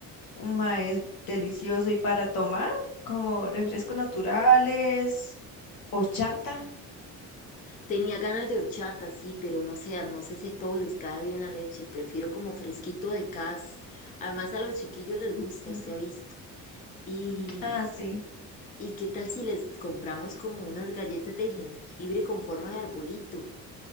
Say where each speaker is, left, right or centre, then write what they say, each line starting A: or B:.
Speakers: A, on the left; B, on the left.
A: Ma, es delicioso. ¿Y para tomar? Como refrescos naturales, horchata.
B: Tenía ganas de horchata, sí, pero no sé, no sé si a todos les cae bien la leche. Prefiero como fresquito de casa Además, a los chiquillos les gusta,
A: Ujú.
B: usted ha visto. Y,
A: Ah, sí.
B: ¿y qué tal si les compramos como unas galletas de jengibre con forma de arbolito?